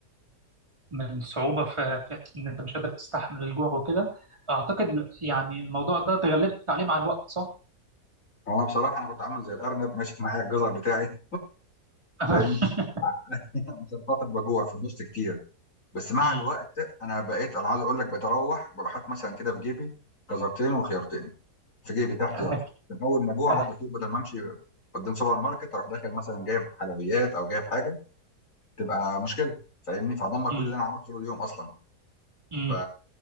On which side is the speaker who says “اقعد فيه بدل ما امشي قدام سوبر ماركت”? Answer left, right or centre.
Left